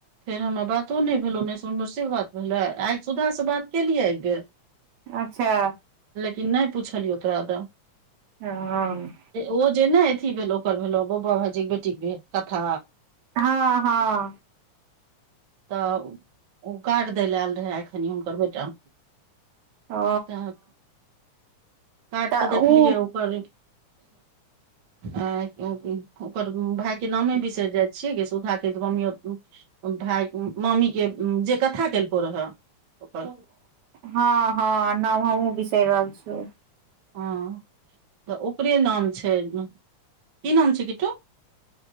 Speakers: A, on the right; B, on the right.
A: फेर हमरा बातो नहि भेलो नहि सुन से बात भेले आइ सुधा से बात केलिये आ ग
B: अच्छा
A: कि नहि पुछलियौ तोरा दऽ
B: हँ
A: ओ जे ने अथी भेल ओकर भेलो बौआ भाजीक बेटीके भेल कथा
B: हँ हँ
A: तऽ ओ काट दय लै आयल रहखनि हुनकर बेटा
B: ओ
A: तऽ काट
B: तऽ
A: पर देखलियै
B: उ
A: ओकर अ ओकर भाय के नामे बिसरि जाइ छियै ग सुधा के मम्मी योत भाय मामीे जे कथा केलको रहै ओकर
B: हँ हँ न सहि रहल छियो
A: ह तऽ ओकरे नाम छै की नाम छै किट्टू